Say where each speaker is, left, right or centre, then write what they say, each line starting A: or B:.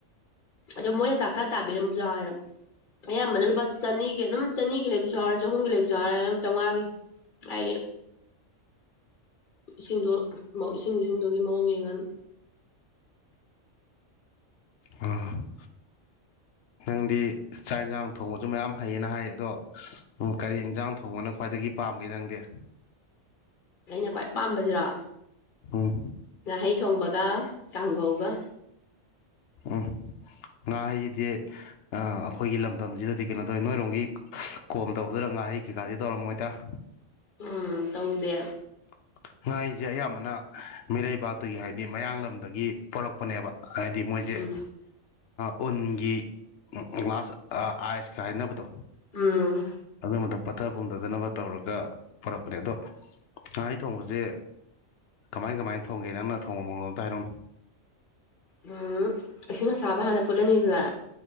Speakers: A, on the left; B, on the left.
A: ꯑꯗꯣ ꯃꯣꯏꯅ ꯇꯥꯈꯠ ꯇꯥꯕꯤꯔꯝꯃꯁꯨ ꯌꯥꯎꯋꯦ ꯑꯌꯥꯝꯕꯅ ꯂꯨꯄꯥ ꯆꯅꯤꯒꯤ ꯑꯗꯨꯝ ꯆꯅꯤꯒꯤ ꯂꯩꯕꯁꯨ ꯌꯥꯎꯔꯦ ꯆꯍꯨꯝꯒꯤ ꯂꯩꯕꯁꯨ ꯌꯥꯎꯔꯦ ꯑꯗꯨꯝ ꯆꯥꯝꯃꯉꯥꯒꯤ ꯑꯩ ꯏꯁꯤꯡꯗꯨ ꯏꯁꯤꯡ ꯏꯁꯤꯡꯗꯨꯒꯤ ꯃꯑꯣꯡ ꯌꯦꯡꯉꯅꯤ
B: ꯑ ꯅꯪꯗꯤ ꯆꯥꯛ ꯏꯟꯁꯥꯡ ꯊꯣꯡꯕꯁꯨ ꯃꯌꯥꯝ ꯐꯩꯌꯦꯅ ꯍꯥꯏ ꯑꯗꯣ ꯎꯝ ꯀꯔꯤ ꯏꯟꯁꯥꯡ ꯊꯣꯡꯕꯅ ꯈ꯭ꯋꯥꯏꯗꯒꯤ ꯄꯥꯝꯒꯦ ꯅꯪꯗꯦ
A: ꯑꯩꯅ ꯈ꯭ꯋꯥꯏ ꯄꯥꯕꯁꯤꯔꯣ
B: ꯎꯝ
A: ꯉꯥꯍꯩ ꯊꯣꯡꯕꯒ ꯀꯥꯡꯒꯧꯒ
B: ꯎꯝ ꯉꯥ ꯍꯩꯗꯤ ꯑ ꯑꯩꯈꯣꯏꯒꯤ ꯂꯝꯗꯝꯁꯤꯗꯗꯤ ꯀꯩꯅꯣ ꯇꯧꯏ ꯅꯣꯏꯔꯣꯝꯒꯤ ꯀꯣꯝ ꯇꯧꯕꯗ ꯉꯥꯍꯩ ꯀꯩꯀꯥꯗꯤ ꯇꯧꯔꯝꯃꯣꯏꯗ <inaudible>
A: ꯎꯝ ꯇꯧꯗꯦ
B: <unintelligible> ꯉꯥꯍꯩꯁꯦ ꯑꯌꯥꯝꯕꯅ ꯃꯤꯔꯩꯕꯥꯛꯇꯒꯤ ꯍꯥꯏꯗꯤ ꯃꯌꯥꯡꯂꯝꯗꯒꯤ ꯄꯣꯔꯛꯄꯅꯦꯕ ꯍꯥꯏꯗꯤ ꯃꯣꯏ ꯖꯦ
A: ꯎꯝ
B: ꯎꯟꯒꯤ <unintelligible> ꯑꯥꯏꯁꯀ ꯍꯥꯏꯅꯕꯗꯣ
A: ꯎꯝ
B: ꯑꯗꯨꯝꯕꯗꯣ ꯄꯠꯊꯥ ꯄꯨꯝꯗꯥꯗꯅꯕ ꯇꯧꯔꯒ ꯄꯣꯔꯛꯄꯅꯦ ꯑꯗꯣ ꯉꯍꯩ ꯊꯣꯡꯕꯁꯦ ꯀꯃꯥꯏ ꯀꯃꯥꯏ ꯊꯣꯡꯒꯦ ꯅꯪꯅ ꯊꯣꯡꯕ ꯃꯑꯣꯡ ꯑꯝꯇ ꯍꯥꯏꯔꯛꯑꯣꯅꯦ
A: ꯎꯝ ꯏꯁꯤꯁꯤꯡ ꯑꯁꯥꯕ ꯍꯥꯟꯅ ꯐꯨꯠꯂꯅꯤꯗꯅ